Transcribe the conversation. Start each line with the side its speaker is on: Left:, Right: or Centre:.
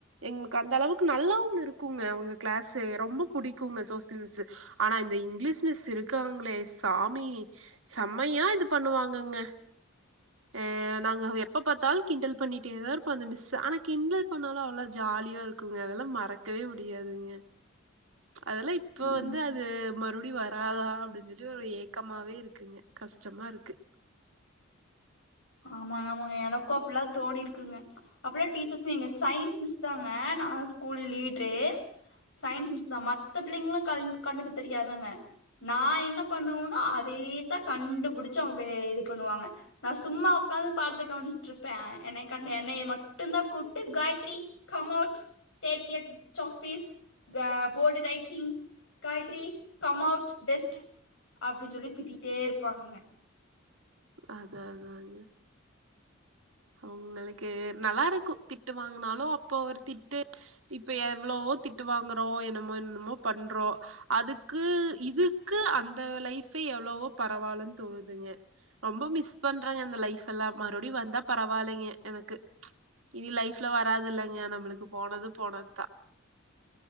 Right: எங்களுக்கு கந்த அளவுக்கு நல்லாவு இருக்குங்க அவங்க கிளாஸ்ஸு ரொம்ப புடிக் குங்க சோசியல் மிஸ்ஸு ஆனா இந்த இங் இங்கிலீஷ் மிஸ் இருக்காங்களே சாமி செம்மையா இது பண்ணுவாங்கங்க அ நாங்க எப்ப பாத்தாலு கிண்டல் பண்ணிட்டே தா இருப்போ அந்த மிஸ்ஸ ஆனா கிண்டல் பண்ணாலு அவ்ளோ ஜாலி யா இருக்குங்க அதெல்லா மறக்கவே முடியாதுங்க அதெல்லா இப்ப வந்து
Left: ஆமா
Right: அது மறு ப்டி வராதா அப்டின் சொல்லி ஒரு ஏக்கமாவே இருக்குங்க கஷ்டமா இருக்கு
Left: ஆமாங்க ஆமாங்க எனக்கு அப்பல்லா தோணிருக்குங்க அப்பல்லா டீச்சர்ஸ் எங்க சயின்ஸ் மிஸ் தாங்க நா ஸ்கூல் லீட்ரு சயின்ஸ் மிஸ் தான் மத்த பிள்ளைங்களு கண் கண்ணுக்கு தெரியாதுங்க நான் என்ன பண்ணுவனோ அதேத்தா கண்டுபிடிச்சு அவங்க இது பண்ணுவாங்க நான் சும்மா உக்காந்து பாடத்தை கவனிச்சட்டு இருப்பே என்னய கண்ட என்னய மட்டுதா கூப்ட்டு Gayathri come out take a chalk piece ஹ போடு writing Gayathri come out test அப்டின்னு சொல்லி திட்டிட்டே இருப்பாங்க
Right: அதா அதாதாங்க அவுங்களுக்கு நல்லா இருக்கு திட்டு வாங்குனாலு அப்போ ஒரு திட்டு இப்ப எவ்ளவோ திட்டு வாங்குறோ என்னமோ என்மோ பண்றோ அதுக்கு இதுக்கு அந்த லைஃபே எவ்ளவோ பரவால்லன் தோணுதுங்க ரொம்ப மிஸ் பண்றங்க அந்த லைஃப் எல்லா மறுபடியு வந்தா பரவாயில்லைங்க எனக்கு இனி லைஃப்ல வராதுல்லைங்க நம்மளுக்கு போனது போனதுதா